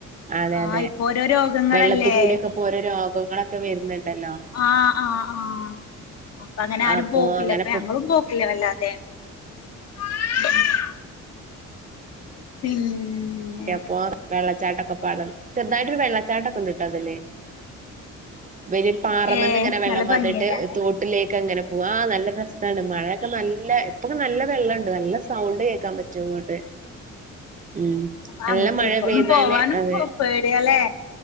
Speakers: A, on the right; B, on the left.
A: അതെ
B: ആഹ്
A: അതെ
B: ഇപ്പൊ ഓരോ രോഗങ്ങളല്ലേ
A: വെള്ളത്തുകൂടിയൊക്കെ പ്പോരോ രോഗങ്ങളൊക്കെ വരുന്നുണ്ടല്ലോ.
B: ആ ആ ആഹ് അപ്പൊ അങ്ങനെ ആരും
A: അപ്പൊ
B: പോക്കില്ല
A: അങ്ങനെപ്പൊ
B: ഇപ്പ ഞങ്ങളും പോക്കില്ല വല്ലാതെ. <inaudible> പിന്.
A: ഏ പോ. വെള്ളച്ചാട്ടൊക്കെപാടെ ചെറുതായിട്ടൊര് വെള്ളച്ചാട്ടൊക്കെണ്ട്ട്ടോ അതില് വല്യൊര്. പാറമന്ന്
B: ഏ
A: ഇങ്ങനെ വെള്ളം
B: നല്ല
A: വന്നിട്ട്
B: ഭംഗിയൊക്കാല്ലേ
A: തോട്ടിലേക്കങ്ങനെ പോവ നല്ല രസാണ് മഴയൊക്കെ നല്ല. ഇപ്പൊക്കെ നല്ല വെള്ളണ്ട് നല്ല സൗണ്ട് കേക്കാൻ പറ്റും ഇങ്ങോട്ട് ഉം.
B: ആഹ്
A: നല്ല മഴ
B: ഇപ്പൊന്നും
A: പെയ്താല്
B: പോവാനും
A: അതെ
B: പേ പേട്യാല്ലേ.